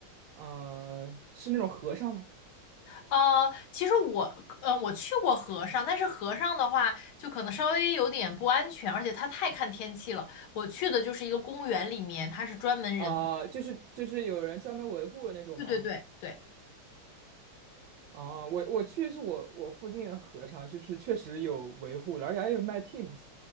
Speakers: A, on the right; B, on the left.
A: 嗯、是那种和尚吗？
B: 呃，其实我呃我去过河上，但是河上的话就可能稍微有点不安全，而且它太看天气了。我去的就是一个公园里面，它是专门人，
A: 啊、就是就是有人专门维护的那种吗？
B: 对对对对。
A: 哦，我我去是我我附近的和尚，就是确实有维护的，而且还有卖 Teams。